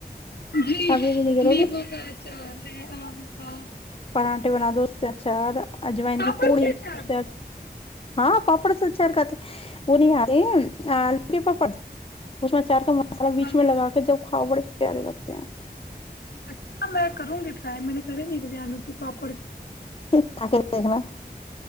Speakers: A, on the left; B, on the left.
A: جی
B: میں آپ یقین نہیں کرو
A: نیبو
B: گے
A: کا چار رہے آم کا
B: پڑ بنا دو اس ا چار اجوائن
A: پاپڑ
B: کی پوڑی
A: کے اچار
B: سے ہاں پاپڑ سے چار کاتے وہ نہیں آتے لو کے پاپڑ اس میں چار کا اپنا بیچ
A: آلو
B: میں لگا کے جب ہاں بڑے پیارے لگتے ہیں
A: اچھا میں کروں گی رائی م نے کے نہیں پپ
B: ت دیکنا <unintelligible>